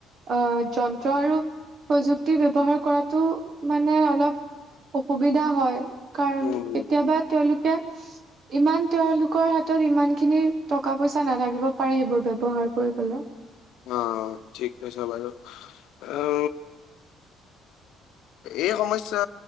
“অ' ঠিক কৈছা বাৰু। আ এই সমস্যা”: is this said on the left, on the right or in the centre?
Left